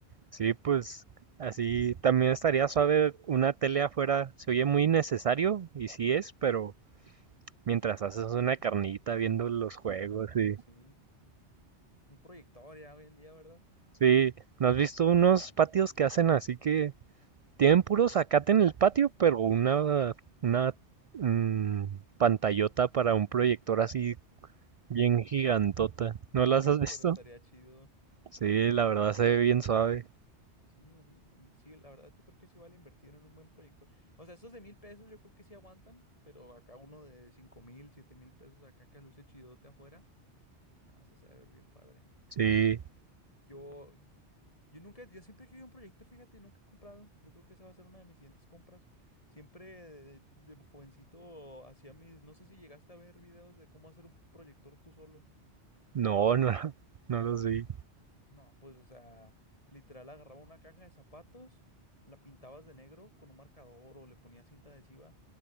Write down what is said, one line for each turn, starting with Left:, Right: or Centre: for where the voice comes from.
Right: sí, pues así también estaría suave una tele afuera, se oye muy necesario y sí es, pero mientras haces una carnita viendo los juegos
Left: Sí, no, hombre,
Right: y...
Left: sí. Un proyector ya hoy en día, ¿verdad?
Right: Sí, ¿no has visto unos patios que hacen así que tienen puro zacate en el patio, pero una, una mm, pantallota para un proyector así bien gigantota? ¿No las
Left: No,
Right: has visto?
Left: pero estaría chido.
Right: Sí, la verdad se ve bien suave.
Left: Sí, un- un- sí, la verdad yo creo que sí vale invertir en un buen proyector. O sea, esos de mil pesos yo creo que sí aguantan, pero acá uno de cinco mil, siete mil pesos acá que luce chidote afuera. Nada, eso se debe ver bien padre.
Right: Sí,
Left: Yo, yo nunca, yo siempre he querido un proyector, fíjate, y nunca he comprado. Yo creo que esa va a ser una de mis siguientes compras. Siempre de, de jovencito hacía mis, no sé si llegaste a ver videos de cómo hacer un proyector tú solo.
Right: no, no, <laughs> no los vi.
Left: No, pues, o sea, literal agarraba una caja de zapatos, la pintabas de negro con un marcador o le ponías cinta adhesiva